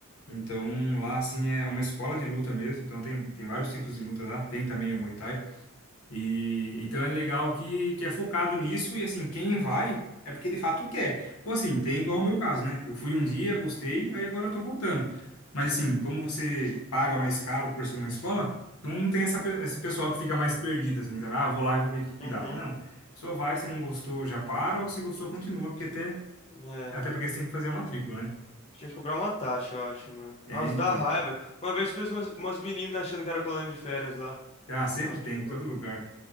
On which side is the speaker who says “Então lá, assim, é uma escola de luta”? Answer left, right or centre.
Left